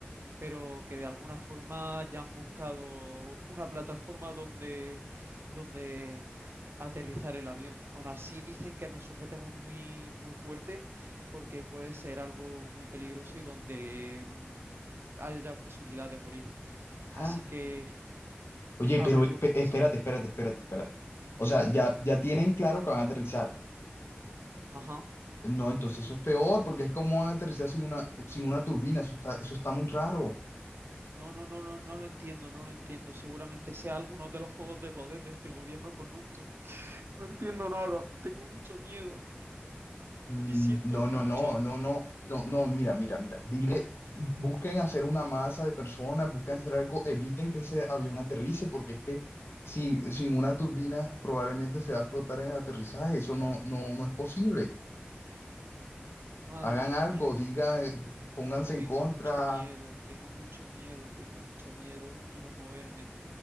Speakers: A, on the right; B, on the left.
A: pero que de alguna forma ya han buscado una plataforma donde, donde aterrizar el avión. Aún así dicen que nos sujetemos muy, muy fuerte porque puede ser algo muy peligroso y donde mm, haya posibilidad de morir.
B: Ah,
A: Así que
B: Oye,
A: a
B: pero
A: ver
B: e-
A: lo
B: pe-
A: que pasa.
B: espérate, espérate, espérate, espérate. O sea, ya, ya tienen claro que van a aterrizar.
A: Ajá.
B: No, entonces eso es peor, porque es como van a aterrizar sin una, sin una turbina, eso está, eso está muy raro.
A: No, no, no, no, no lo entiendo, no lo entiendo. Seguramente sea alguno de los juegos de poder de este gobierno corrupto. No entiendo nada, tengo mucho miedo
B: Mm,
A: y siento
B: No,
A: mucho.
B: no, no, no, no, no, no, mira, mira, mira, dile, busquen hacer una masa de personas, busquen hacer algo, eviten que ese avión aterrice, porque es que sin, sin una turbina probablemente se va a explotar en el aterrizaje, eso no, no, no es posible.
A: Madre
B: Hagan
A: mía,
B: algo, digan, pónganse en
A: tengo
B: contra,
A: mucho miedo, tengo mucho miedo, tengo mucho miedo, no quiero moverme.